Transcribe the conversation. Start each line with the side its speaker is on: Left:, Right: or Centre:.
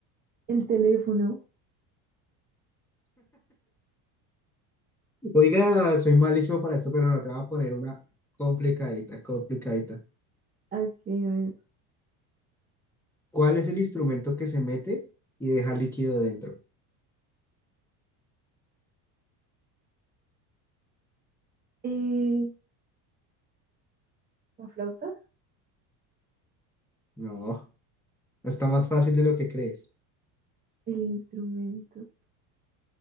Right: El teléfono.
Centre: Oiga, soy malísimo para esto, pero no te voy a poner una complicadita, complicadita.
Right: Ok, a ver.
Centre: ¿Cuál es el instrumento que se mete y deja líquido dentro?
Right: Eh, la flauta,
Centre: No, está más fácil de lo que crees.
Right: el instrumento.